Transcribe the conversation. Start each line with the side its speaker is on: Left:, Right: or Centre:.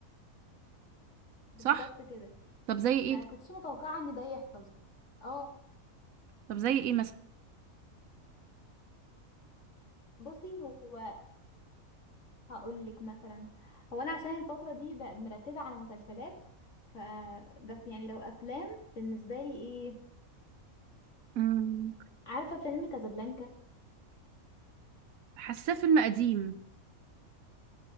Left: بالظبط
Right: صح
Left: كده
Right: طب زي ايه
Left: ما كنتش متوقعة ان ده يحصل اه
Right: طب زي ايه مثلا
Left: بصي هو هقول لك مثلا هو انا عشان الفتره دي بقى مركزه على مسلسلات ف بس يعني لو افلام بالنسبه لي ايه
Right: مم،
Left: عارفه فيلم كازابلانكا
Right: حاساه فيلم قديم